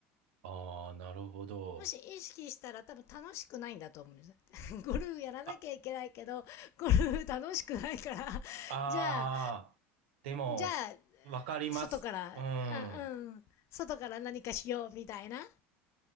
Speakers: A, on the right; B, on the left.
A: ああ、なるほど。
B: もし意識したら多分楽しくないんだと思うんです <laughs>。ゴルフやらなきゃいけないけど、
A: あ
B: ゴルフ楽しくないから <laughs>、
A: ああ、
B: じゃあ、
A: でも、
B: じゃあ、
A: すわかります。
B: 外から、
A: うん。
B: あうん、外から何かしようみたいな、